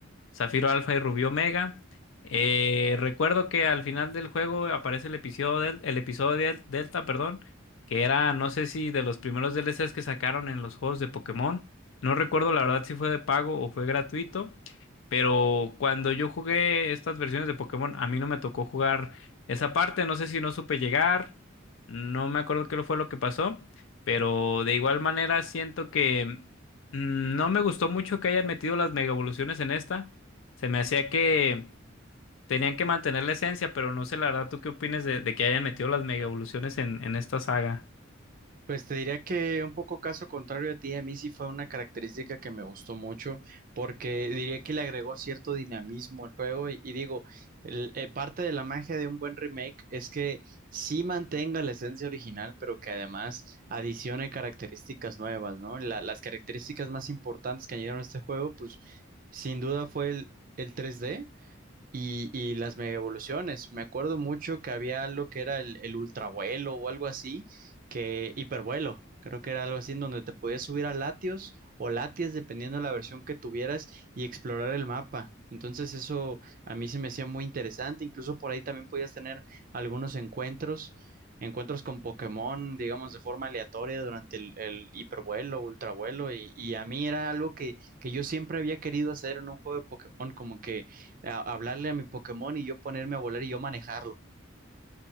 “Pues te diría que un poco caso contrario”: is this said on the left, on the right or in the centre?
Right